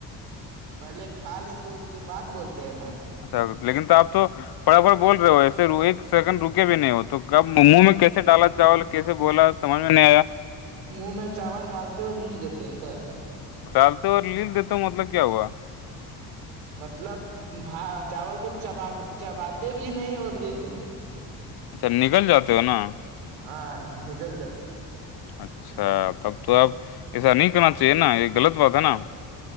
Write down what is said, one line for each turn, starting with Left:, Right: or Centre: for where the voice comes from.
Right: پہلے کھا لیتے اس کے بعد بولتے ہیں نا
Left: اچھا لیکن تو آبپ تو پڑا پڑ بول رہے ہو ایسے ایک سیکنڈ رکے بھی نہیں ہو تو کب منہ میں کیسے ڈالا چاول کیسے بولا سمجھ میں نہیں آیا
Right: منہ میں چاول ڈالتے ہو لل دیتے ہیں بس
Left: ڈالتے ہو اور لل دیتا مطلب کیا ہوا
Right: مطلبا چاول کو چب چباتے بھی نہیں اور لل دیتے ہیں
Left: اچھا نکل جاتے ہو نا
Right: ہاں نگل جاتے
Left: اچھا تب تو آپ ایسا نہیں کرنا چاہیے نا یہ غلط بات ہے نا